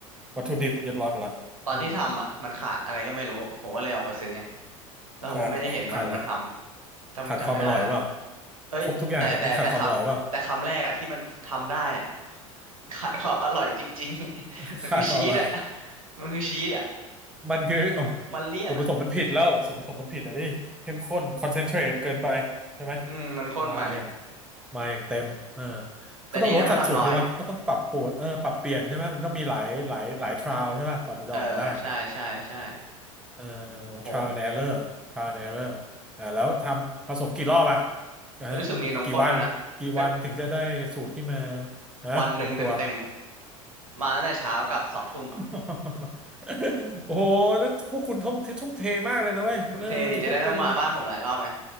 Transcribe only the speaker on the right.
ตอนที่ทำอ่ะมันขาดอะไรก็ไม่รู้ผมก็เลยออกไปซื้อไงแล้วผมก็ไม่ได้เห็นมันมันทำจำจำไม่ได้ละ
เอ้ยแต่แต่แต่คำแต่คำแรกอะที่มันทำได้อะ
<laughs> ขาดความอร่อยจริงๆ
<laughs> มันคือชีสอะ
มันคือชีสอะ
มันเลี่ยนอะ
อืมมันข้นไป
แต่ดีนะมันทำน้อย
เออใช่ใช่ใช่
โห
เอ้ยรู้สึกมีนมข้นด้วยนะก็
วันหนึ่งเต็มๆมมาตั้งแต่เช้ากับสองทุ่มอะ
ทุ่มเทนี่จะได้ไม่ต้องมาบ้านผมหลายรอบไง